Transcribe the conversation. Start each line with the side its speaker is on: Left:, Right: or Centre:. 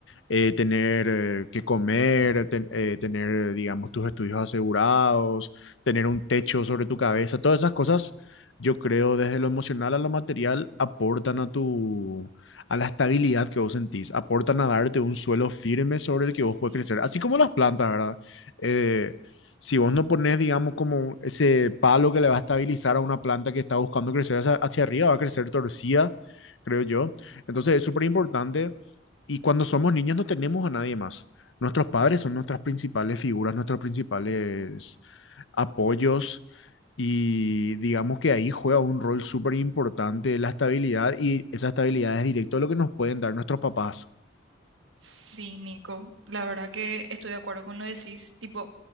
Left: eh, tener eh, que comer, ten- eh, tener, digamos, tus estudios asegurados, tener un techo sobre tu cabeza, todas esas cosas, yo creo, desde lo emocional a lo material, aportan a tu, a la estabilidad que vos sentís, aportan a darte un suelo firme
Right: Sí.
Left: sobre el que vos puedes crecer, así como las plantas, ¿verdad? Eh, si vos no pones, digamos, como ese palo que le va a estabilizar a una planta que está buscando crecer hacia, hacia arriba, va a crecer torcida, creo yo. Entonces es súper importante y cuando somos niños no tenemos a nadie más. Nuestros padres son nuestras principales figuras, nuestros principales apoyos y digamos que ahí juega un rol súper importante la estabilidad y esa estabilidad es directo a lo que nos pueden dar nuestros papás.
Right: Sí, Nico, la verdad que estoy de acuerdo con lo que decís, tipo,